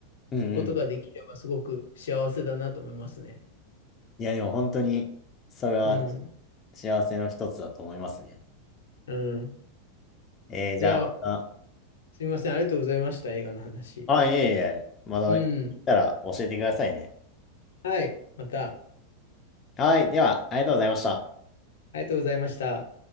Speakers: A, on the left (about 25°); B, on the left (about 85°).
A: うんうん。
B: ことができればすごく幸せだなと思いますね。
A: いや、でも本当に、それは
B: うん。
A: 幸せの一つだと思いますね。
B: うん。
A: えー、じゃあま
B: いや、すみません。ありがとうございました。映画の話。
A: た、あ、いえいえ、また行ったら教えてくださいね。
B: うん。はい。また。
A: はい。では、ありがとうございました。
B: ありがとうございました。